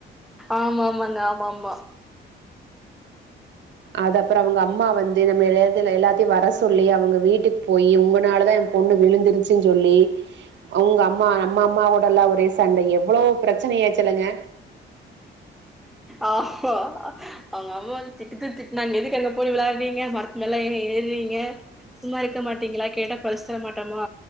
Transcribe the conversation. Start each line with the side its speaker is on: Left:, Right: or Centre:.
Centre: ஆமா ஆமாங்க ஆமா ஆமா
Right: அது அப்றொ அவுங்க அம்மா வந்து நம்ம எல்லாத்தல எல்லாத்தையு வர சொல்லி அவுங்க வீட்டுக் போயி ஒங்கனாலதா எனன பொண்ணு விழுந்துருச்சுன்னு சொல்லி அவுங்க அம்மா நம்ம அம்மாவோடல்லா ஒரே சண்ட எவ்ளோவ் ப்ரெச்சனயாச்சில்லங்க
Centre: ஆம்மா அவுங்க அம்மா வந்து திட்டு திட்டு திட்னாங்க. எதுக்கு அங்க போய் விளாட்றீங்க, மரத்து மேல ஏ ஏற்றீங்க, சும்மா இருக்க மாட்டீங்ளா? கேட்டா பறிச் தர மாட்டமா